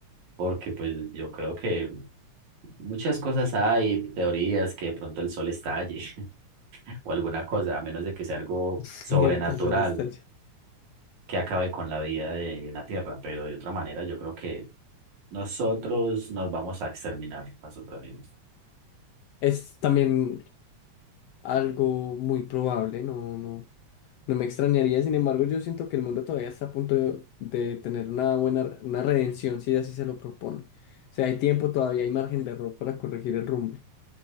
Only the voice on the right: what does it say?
Porque pues yo creo que muchas cosas hay, teorías que de pronto el sol estalle <laughs> o alguna cosa, a menos de que sea algo
sobrenatural
que acabe con la vida de la Tierra. Pero de otra manera, yo creo que nosotros nos vamos a exterminar nosotros mismos.